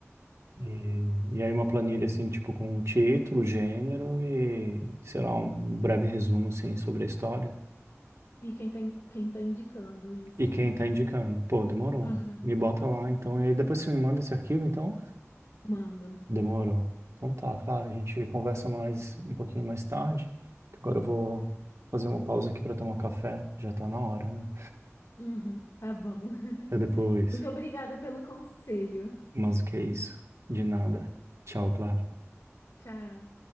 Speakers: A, on the right; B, on the left.
A: E, e aí uma planilha assim, tipo, com o título, gênero e, sei lá, um breve resumo assim sobre a história
B: E quem tá, in- quem tá indicando isso?
A: e quem tá indicando. Pô, demorou.
B: Aham,
A: Me bota lá, então. E aí depois você me manda esse arquivo, então?
B: mando.
A: Demorou. Então tá, claro, a gente conversa mais um pouquinho mais tarde, que agora eu vou fazer uma pausa aqui pra tomar café, já tá na hora, né?
B: Uhum, tá bom. <laughs>
A: Até depois.
B: Muito obrigada pelo conselho.
A: Mas o que é isso? De nada. Tchau, Clara.
B: Tchau.